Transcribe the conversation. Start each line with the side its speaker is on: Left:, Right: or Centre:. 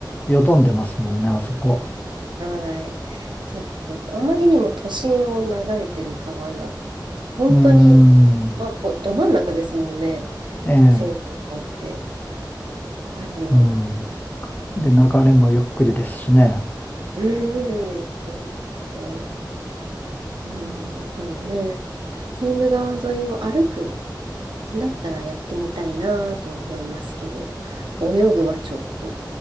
Left: よどんでますもんね、あそこ。
Right: はい。ちょっと、あまりにも都心を流れてる川な、本当に、
Left: うーん、
Right: まあ、ぼど真ん中ですもんね。
Left: ええ、
Right: セーヌ川って、パリの。
Left: うん。
Right: うん、
Left: で、流れもゆっくりですしね。
Right: うーん、うーんと、いやー、このね、セーヌ川沿いを歩くんだったらやってみたいなとは思いますけど、泳ぐはちょっと。